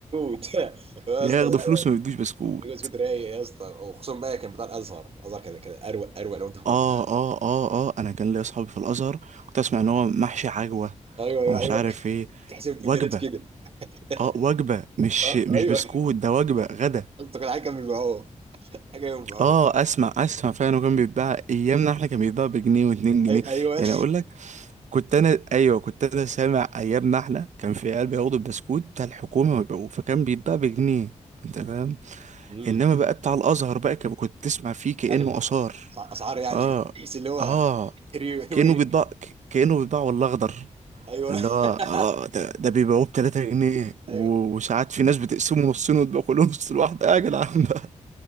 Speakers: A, on the right; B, on the right.
A: كنت يا
B: <laughs> بياخدوا
A: اسطى لا
B: فلوس
A: لا
B: ما بيدوش بسكوت
A: الجوز كنت رايق يا اسطى وخصوصا بقى كان بتاع الازهر الازهر كان كان اروق اروق لو انت حضرت
B: اه اه اه اه انا كان ليا اصحابي في الازهر كنت اسمع ان هو محشي عجوة
A: ايوه ايوه
B: ومش
A: ايوه
B: عارف ايه
A: تحس ابدالات
B: وجبة
A: كده <laughs>
B: اه وجبة مش
A: اه
B: مش
A: ايوه
B: بسكوت ده وجبة غدا
A: انت كان حاجه بيبيعوه حاجه بيبيعوه
B: اه اسمع اسمع فعلا كان بيتباع ايامنا احنا كان بيتباع بجنيه واتنين جنيه
A: أي- ايوه <laughs>
B: يعني اقول لك كنت انا ايوه كنت انا سامع ايام ما احنا كان في عيال بياخدوا البسكوت بتاع الحكومه ويبيعوه فكان بيتباع بجنيه انت فاهم
A: امم
B: انما بقى بتاع الازهر بقى كان- كنت تسمع فيه كانه
A: اغلى
B: اثار
A: أسع- اسعار يعني
B: اه
A: تحس اللي هو
B: اه
A: ريوي
B: كانه بيتباع ك- كانه بيتباع والله اخضر
A: ايوه
B: اللي
A: <laughs>
B: هو اه ده ده بيبيعوه ب 3 جنيه
A: ايوه
B: و- وساعات في ناس بتقسمه نصين وتبقى كلهم نص الواحده يا جدعان بقى